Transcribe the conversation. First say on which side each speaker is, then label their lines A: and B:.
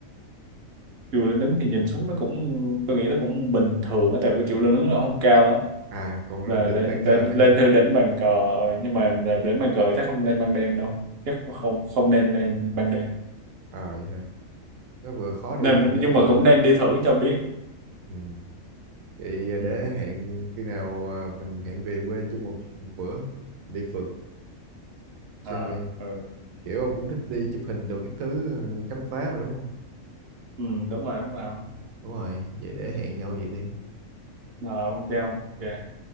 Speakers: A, on the right; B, on the right.
A: chùa Linh Ứng thì nhìn xuống nó cũng tôi nghĩ nó cũng bình thường á tại vì chùa Linh Ứng nó không cao lắm
B: à còn
A: và
B: lên đỉnh
A: lên
B: bàn cờ
A: lên lên
B: cơ hả
A: thư đến bàn cờ ờ, nhưng mà là đến bàn cờ chắc không lên ban đêm đâu chắc không không nên lên ban đêm
B: ờ vậy hả nó vừa khó đi
A: nên
B: mà nó
A: nhưng
B: vừa
A: mà cũng nên đi thử cho biết
B: ừ. vậy
A: ừ.
B: để hẹn khi nào à, mình hẹn về quê chung một, một bữa đi phượt chơi
A: à, ừ.
B: kiểu ông cũng thích đi chụp hình đồ các thứ ờ, khám phá mà đúng không
A: ừ đúng rồi đúng rồi
B: đúng rồi vậy để hẹn nhau vậy đi
A: Ờ, ok không? ok